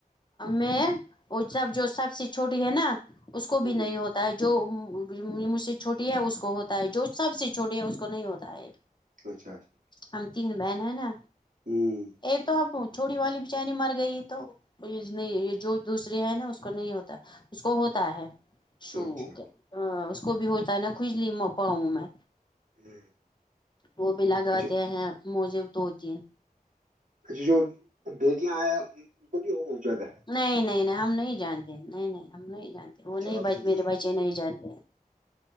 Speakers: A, on the left (about 30°); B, on the right (about 55°).
A: میں وہ سب جو سب سے چھوٹی ہے نا اس کو بھی
B: اچھا
A: نہیں ہوتا ہے جو مجھ سے چھوٹی ہے اس کو ہوتا ہے جو سب سے چھوٹی ہے اس کو نہیں ہوتا ہے
B: اچھا اچھا
A: ہم تین بہن ہیں نا
B: ہوں
A: ایک تو ہمب چھوٹیی والی بچاری مر گئی تو نہیں یہ جو دوس نا اس کو نہیں ہوتا اس کو ہوتا ہے شو
B: اچھا
A: اس کو بھی ہوتا ہے نا کج لی پاؤں میں
B: ہوں،
A: وہ بھی لگاتے
B: اچھا
A: ہیں موجے تو ہوتی ہیں
B: اچ جو بیٹیاں آئے ان کو بھی ہو جاتا ہے
A: نہیں نہیں نہیں ہم نہیں جانتے نہیں نہیں ہم نہیں جانتے وہ
B: اچھا
A: نہیں
B: آپ ہوں
A: میرے بچے نہیں جانتے